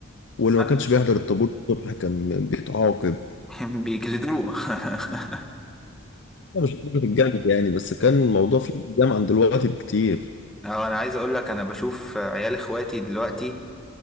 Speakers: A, on the left; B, in the centre.
A: واللي
B: أنا
A: ما كانش بيحضر الطابور الصبح كان بيتعاقب
B: <laughs> بيجلدوه <laughs>
A: لا، مش درجة الجامد يعني بس كان الموضوع فيه التزام عن دلوقتي بكتير
B: اه انا عايز اقول لك انا بشوف عيال اخواتي دلوقتي